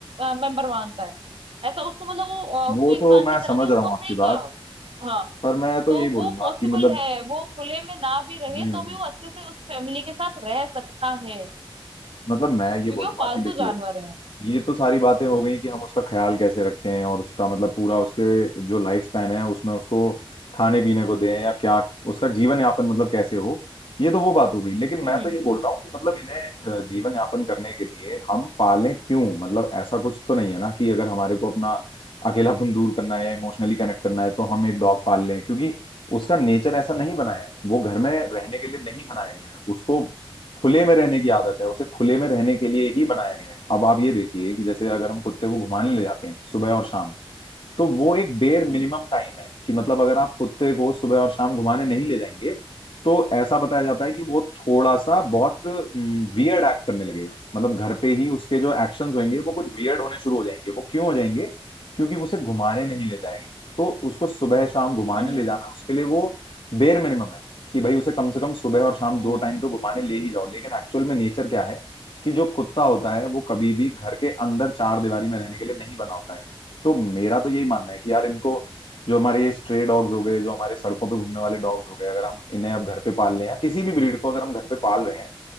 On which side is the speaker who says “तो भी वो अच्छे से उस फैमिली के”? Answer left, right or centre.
Right